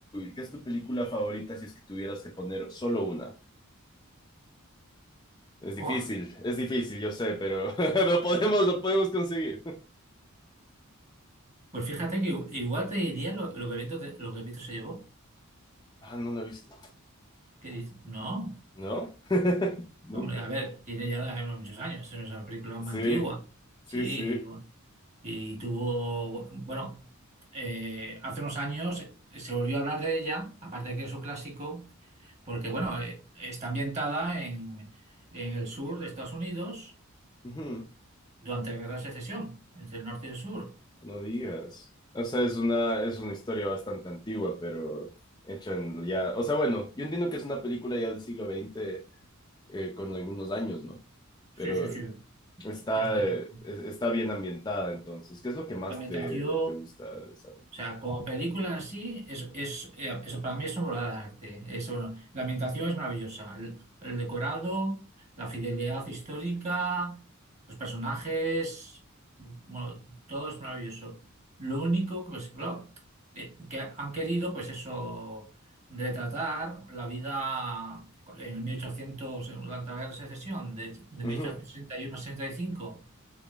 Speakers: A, on the left; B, on the right.
A: que es tu película favorita si es que tuvieras que poner solo una? Es difícil,
B: Buah.
A: es difícil, yo sé, pero <laughs> lo podemos, lo podemos conseguir.
B: Pues fíjate que igu- igual te diría lo, lo que el viento te- lo que el viento se llevó.
A: Ah, no lo he visto.
B: ¿Qué dices? No.
A: ¿No? <laughs> Nunca.
B: Hombre, a ver, tiene ya muchos años. Es una película más
A: Sí,
B: antigua.
A: sí,
B: Sí,
A: sí.
B: y, bu- y tuvo. Bueno, eh, hace unos años se volvió a hablar de ella, aparte de que es un clásico. Porque, bueno, eh, está ambientada en, en el sur de Estados Unidos
A: Ujú,
B: durante la Guerra de Secesión, entre el norte y el sur.
A: No digas. O sea, es una, es una historia bastante antigua, pero hecha en ya. O sea, bueno, yo entiendo que es una película ya del siglo XX eh, con algunos años, ¿no?
B: Sí,
A: Pero
B: sí, sí.
A: está,
B: Es de,
A: eh,
B: de
A: es- está bien ambientada entonces. ¿Qué es lo que más
B: Ah, ambientación
A: te, te gusta de esa
B: O sea, como película en sí, es, es, eh, eso para mí es una obra de arte. Es, bueno, la ambientación es maravillosa. El, el decorado, la fidelidad histórica, los personajes, bueno, todo es maravilloso. Lo único que, pues, claro, eh, que han querido, pues eso, retratar la vida en 1800, en la guerra de secesión, de, de
A: película?
B: 1861 a 65,